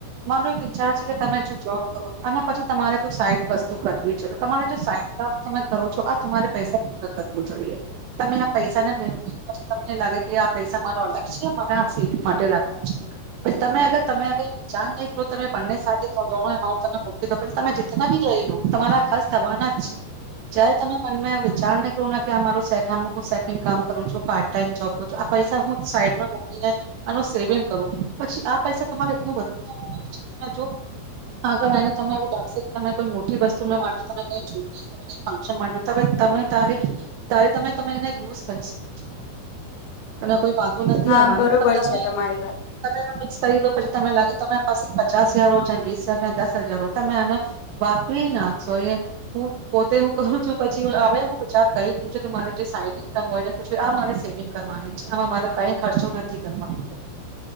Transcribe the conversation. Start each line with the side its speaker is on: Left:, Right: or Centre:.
Right: મારો એક વિચાર છે કે તમે જો જોબ કરો અને પછી તમારે કોઈ સાઈ વસ્તુ કરવી છે. તમારે જો સાઈ કામ તમે કરો છો આ તમારે પૈસા કરવું જોઈએ. તમે આ પૈસાને ભેગા પછી તમને લાગે કે આ પૈસા મારો અલગ છે માને આ સેવિંગ માટે રાખવા છે પછી તમે અગર તમે વિચાર નહીં કરો તમે બંને સાથેણો એમાઉન્ટ તમે મકલી દો પછી તમે જીતના બી રઈ લો તમારા ખર્ચ થવાના જ છે જયારે તમે મનમાં વિચાર નહી કરો ના કે સે આ હું સેકન્ડ કામ કરું છું પાર્ટ ટાઈમ જોબ કરું છું આ પૈસા હું સાઈડમાં મૂકીને આનો સેવિંગ કરું પછી આ પૈસા તમારે એટલ બધું કામવાનું છે. તમે જો આગળને તમે એવું લખ તમે કોઈ મોટી વસ્તુ માટે તમે કઈ જોઈએ તમે કઈ ફંક્શન માટે તો હ તમે ત તારે તમે તમે એને યુઝ કરી શકો છો. તમે કોઈ વાંધો નથી
Left: હા
Right: આવાનું
Left: બરોબર
Right: પણ
Left: છે તમારી વાત
Right: તમે મિક ખરી પછી તને લાગે તમે પાસે પચાસ હજાર ચ બીસ હજાર દસ હજાર હો તમે આને વાપરી નાખશો એ હું. તે હું કું છું પછી હ હું વિચાર કરી દં છું કે મારે સા ઇન્ હોય ને આ મારે સેવિંગ કરવાની છે આમાં મારે કઈ ખર્ચો નથી કરવાનો.